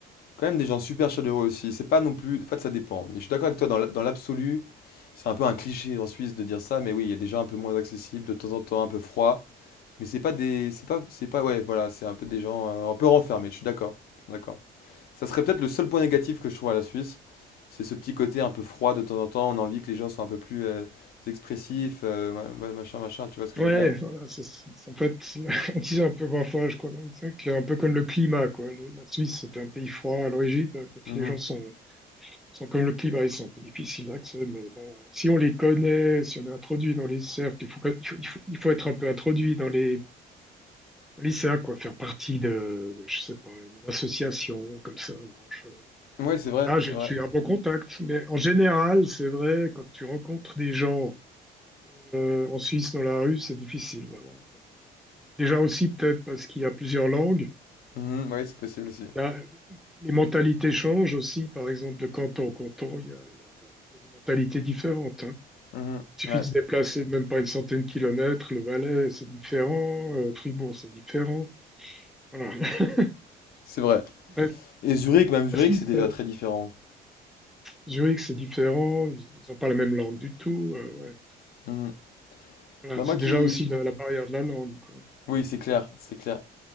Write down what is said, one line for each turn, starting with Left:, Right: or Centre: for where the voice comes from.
Left: quand même des gens super chaleureux aussi. C'est pas non plus. En fait, ça dépend. Mais je suis d'accord avec toi, dans la- dans l'absolu, c'est un peu un cliché en Suisse de dire ça, mais oui, il y a des gens un peu moins accessibles, de temps en temps un peu froids. Mais c'est pas des. C'est pas, c'est pas. Ouais, voilà, c'est un peu des gens euh, un peu renfermés, je suis d'accord. Je suis D'accord. Ça serait peut-être le seul point négatif que je trouve à la Suisse. C'est ce petit côté un peu froid de temps en temps. On a envie que les gens soient un peu plus euh, expressifs, euh, ma- ouais, machin, machin. Tu vois ce que
Centre: ouais,
Left: je veux dire?
Centre: voilà, c'est c'est- en fait, <laughs> on disait un peu parfois, je crois, c'est un peu comme le climat, quoi. Le- la Suisse, c'est un pays froid à l'origine. peut-être
Left: Mhm.
Centre: Les gens sont, sont comme le climat, ils sont un peu difficiles d'accès, mais bon, euh, si on les connaît, si on est introduit dans les cercles, il faut, que- il faut, il faut il faut être un peu introduit dans les Le lycéa, quoi, faire partie de, de, je sais pas, une association comme ça. Moi, je,
Left: Ouais, c'est vrai,
Centre: là,
Left: c'est
Centre: j'ai
Left: vrai.
Centre: j'ai un bon contact. Mais en général, c'est vrai, quand tu rencontres des gens euh, en Suisse dans la rue, c'est difficile d'avoir un contact. Déjà aussi, peut-être parce qu'il y a plusieurs langues.
Left: Mhm, ouais, c'est possible aussi.
Centre: Là, les mentalités changent aussi, par exemple, de canton en canton, il y a, il y a- il y a des mentalités différentes. hein.
Left: Mhm,
Centre: Il suffit
Left: ouais,
Centre: de se déplacer de même pas une centaine de kilomètres. Le Valais, c'est différent. euh, Fribourg, c'est différent. Voilà. <laughs>
Left: c'est vrai.
Centre: Ouais,
Left: Et Zurich, même Zurich,
Centre: la Suisse,
Left: c'est déjà très différent.
Centre: Zurich, c'est différent, ils n'ont pas la même langue du tout. euh, ouais.
Left: Mhm.
Centre: Voilà,
Left: Bah
Centre: c'est
Left: moi qui...
Centre: déjà aussi la, la barrière de la langue, quoi.
Left: Oui, c'est clair, c'est clair.